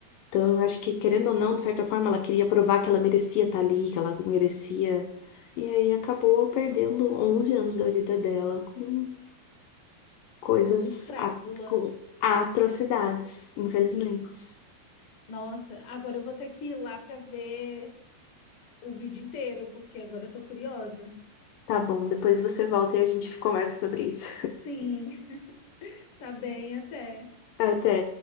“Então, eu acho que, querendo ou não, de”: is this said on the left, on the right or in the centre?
Left